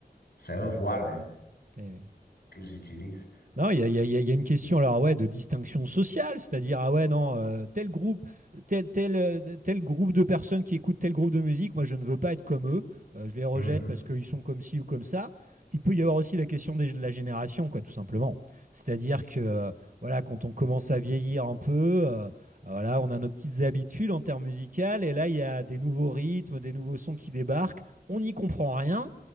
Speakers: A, on the left; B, on the right.
A: c'est un voile hein,
B: Eh oui.
A: qu'ils utilisent.
B: Non, il y a, il y a- il y a il y a une question alors ouais de distinction sociale, c'est-à-dire ah ouais non euh, tel groupe, tel tel euh, tel groupe de personnes qui écoutent tel groupe de musique, moi je ne veux pas être comme eux, euh, je les rejette
A: Mhm.
B: parce qu'ils sont comme ci ou comme ça. Il peut y avoir aussi la question des- de la génération quoi tout simplement, c'est-à-dire que euh, voilà quand on commence à vieillir un peu, euh, voilà on a nos petites habitudes en termes musicales et là il y a des nouveaux rythmes, des nouveaux sons qui débarquent, on n'y comprend rien.